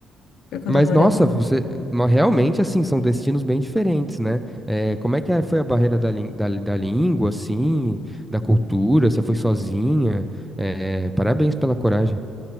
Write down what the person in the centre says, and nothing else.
Mas
nossa, você ma- realmente assim são destinos bem diferentes, né? Eh, como é que é- foi a barreira da, lin- da, da língua, assim, da cultura? Você foi sozinha? Eh, parabéns pela coragem.